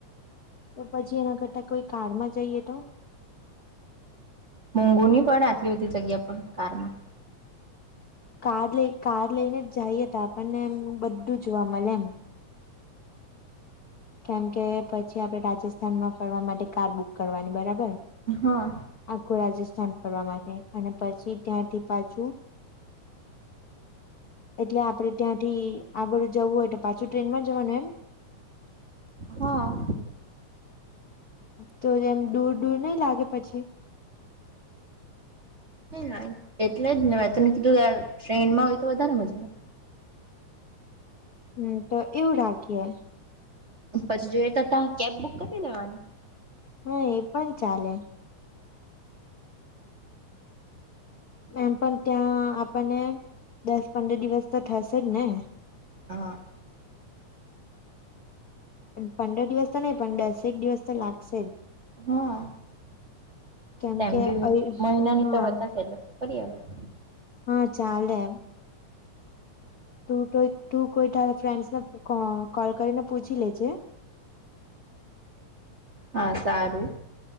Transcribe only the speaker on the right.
મોંઘુની પળે આટલી બધી જગ્યા પણ કારમાં.
હા.
હ.
ના <inaudible> એટલે જ ને મે તને કીધું કે ટ્રેનમાં હોય તો વધારે મજા આવે.
પછી જોઈએ તો ત્યા કેબ બુક કરી લેવાની.
હા.
હા
તેમ
બી મહિનાની
તો રજા છે ફરી અવાય.
હા સારું.